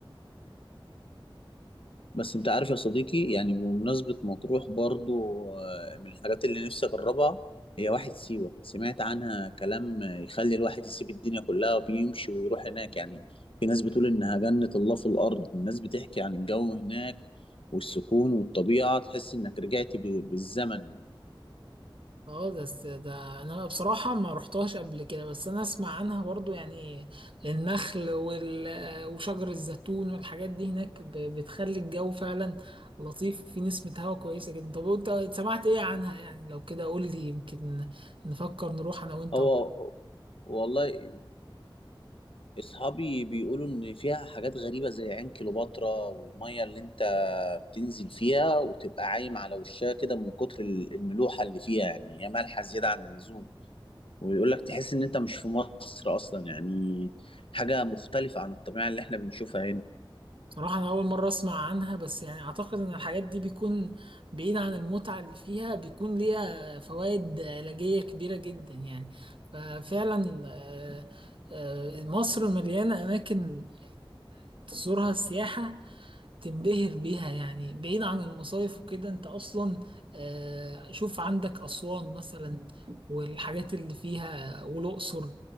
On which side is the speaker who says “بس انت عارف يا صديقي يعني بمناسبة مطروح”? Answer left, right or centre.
Left